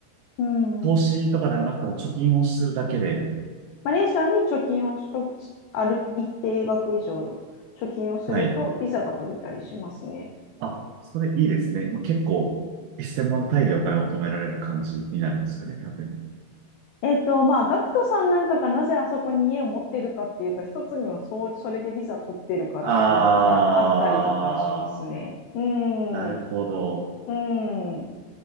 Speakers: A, on the left; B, on the right.
A: うん。
B: 投資とかではなくても貯金をするだけで、
A: マレーシアに貯金をしと、ある一定額以上貯金をするとビザが取れたりしますね。
B: はい。あ、それいいですね。まあ、結構、1000万単位でお金を求められる感じになるんですよね、多分。
A: えっと、まあ、ガクトさんなんかがなぜあそこに家を持ってるかっていうと、一つにはそう、それでビザ取ってるからっていうのがあったりとかしますね。
B: あ
A: うん、
B: ー、なるほど。
A: うん。